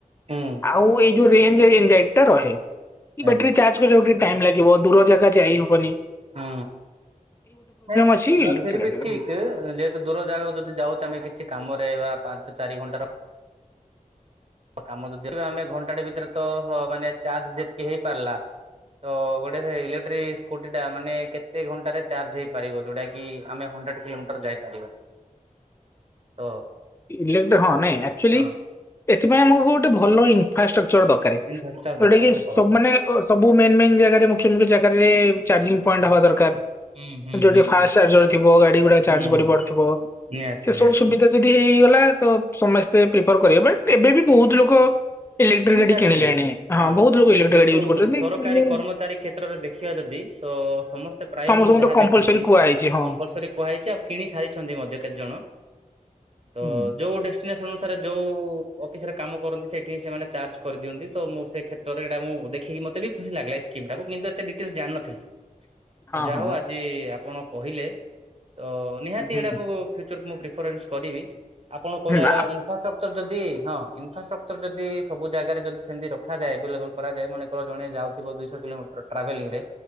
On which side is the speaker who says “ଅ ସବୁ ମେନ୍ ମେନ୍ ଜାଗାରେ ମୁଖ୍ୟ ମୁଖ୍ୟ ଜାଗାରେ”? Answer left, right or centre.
Left